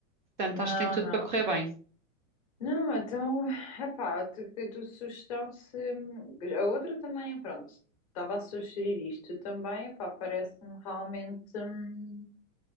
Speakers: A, on the right; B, on the left.
A: Portanto,
B: Não,
A: acho que tem tudo
B: não.
A: para correr bem.
B: Não, então, epá, tu- a tua sugestão se. A outra também, pronto, estava a sugerir isto também, epá, parece-me realmente. hum,